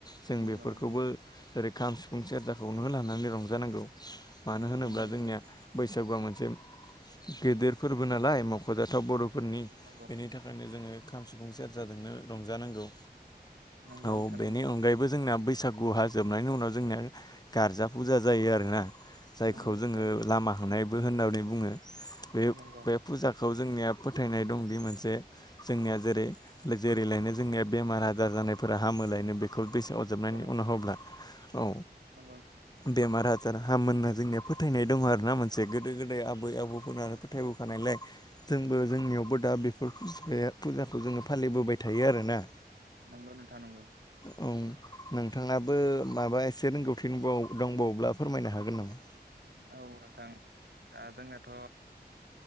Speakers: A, on the left; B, on the right.
A: जों
B: नंगौ
A: बेफोरखौबो
B: नोंथां नंगौ
A: जेरै खाम सिफुं सेरजाखौनो लानानै रंजानांगौ। मानो होनोब्ला
B: नंगौ नंगौ
A: जोंनिया बैसागुआ मोनसे गेदेर फोरबो नालाय मख'जा थाव बर'फोरनि
B: नंगौ
A: बेनि थाखायनो जोङो खाम सिफुं सेरजाजोंनो रंजानांगौ।
B: नंगौ
A: औ
B: नोंथां
A: बेनि
B: नंगौ
A: अनगायैबो जोंना बैसागुहा जोबनायनि उनाव जोंनिया गारजा फुजा जायो आरोना। जायखौ
B: नंगौ नोंथां
A: जोङो
B: नंगौ
A: लामा होनाय बो होननानै बुङो। बे
B: नंगौ
A: बे फुजा खौ जोंनिया फोथायनाय दं दि मोनसे जोंनिया जेरै जेरैलायनो जोंनिया बेमार आजार जानायफोरा हामो लायनो बेखौ दैसे अरजाबनायनि
B: नंगौ नंगौ
A: उनाव होब्ला। औ।
B: नंगौ नोंथां
A: बेमार आजार हामोनना जोंनिया फोथायनाय दङ आरो ना मोन जे गोदो गोदाय आबै आबौ फोरा फोथायबोखानायलाय जोंबो जोंनियावबो दा बेफोर फुजाखौ जोङो फालिबोबाय थायो आरो। <unintelligible>
B: नंगौ नोंथां नंगौ।
A: औ, नोंथाङनाबो माबा एसे रोंगौथि दंबावोब्ला फोरमायनो हागोन नामा।
B: औ नोंथां दा जोंनाथ'